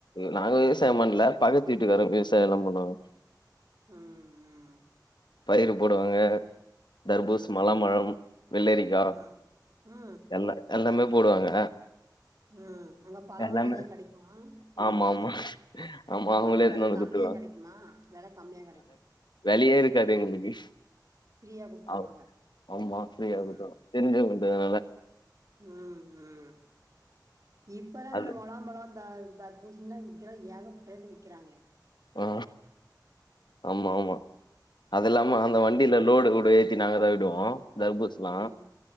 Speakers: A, on the left (about 75°); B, on the right (about 45°).
A: நாங்க விவசாயம் பண்ல பக்கத்து வீட்டுக்காரங்க விவசாயலா பண்ணுவாங்க.
B: ம் ம்
A: பயிரு போடுவாங்க. தர்பூஸ்
B: ஆ
A: மலாமழம் வெள்ளரிக்கா
B: ஆ ஆ
A: எல்லா எல்லாமே போடுவாங்க
B: அ நல்லா பழமு
A: எல்லாமே
B: நறைய கெடைக்கு உங்களுக்கு
A: ஆமா ஆமா ஆமா அவங்களே
B: ரொம்ப
A: எத்துனு
B: வெல
A: வந்து
B: கம்மியா
A: குடுத்துருவாங்க
B: கெடைக்குமா வெல கம்மியா கெடைக்கு
A: வெலையே இருக்காது எங்களுக்கு
B: ஃப்ரீயா குடுத்துருவாங்க
A: ஆ ஆமா ஃபிரீயாவுதோ
B: ம்
A: தெரிஞ்சவங்கன்றனால
B: ம் ம் இப்பெல்லா
A: அது
B: இந்த மலாம்பழ த தர்பூசனிலா இங்கெல்லா ஏகப்பட்ட ரேட்டு விக்கிறாங்களே
A: ஆ ஆமா ஆமா அது இல்லாம
B: ம்
A: அந்த வண்டியில லோடு கூடே <unintelligible> ஆயிடு தர்பூஸ்லா
B: ம்